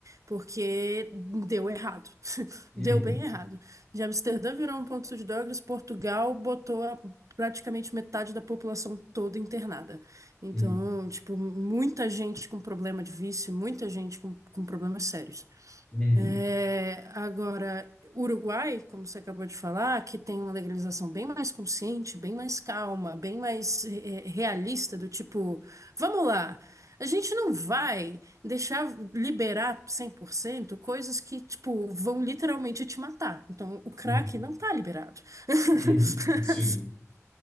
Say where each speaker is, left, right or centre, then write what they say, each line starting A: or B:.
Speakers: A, on the right; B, on the left.
A: porque deu errado, <laughs>
B: uhum,
A: deu bem errado. De Amsterdã virou um ponto de drogas, Portugal botou a- praticamente metade da população toda internada. Então,
B: uhum,
A: tipo, muita gente com problema de vício, muita gente com, com problemas sérios.
B: uhum,
A: É, agora, Uruguai, como você acabou de falar, que tem uma legalização bem mais consciente, bem mais calma, bem mais eh, realista, do tipo, vamos lá, a gente não vai deixar liberar 100% coisas que, tipo, vão literalmente te matar. Então, o crack
B: uhum,
A: não tá liberado. <laughs>
B: uhum. Sim,